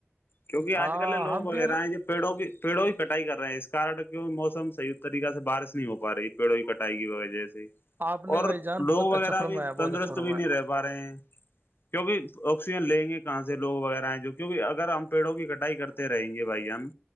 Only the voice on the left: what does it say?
کیونکہ آج
کل لوگ
وغیرہ
ہیں ج جو پیڑوں بھی پیڑوں بھی کٹائی کر رہے ہیں اس کن کی موسم صحیح طریقے سے بارش نہیں ہو پا رہی پیڑوں کی کٹائی کی وہہ سے
اور
لوگ
وغیرہ
بھی تندرست
بھی نہیں رہ ا رہے ہیں کیونکہ آکسیجن لیں گے کہاں سے لوگ وغیرہ ہیں جو کیکہ اگر ہم پیڑوں کی کٹائی کرتے رہیں گے بھائی ہم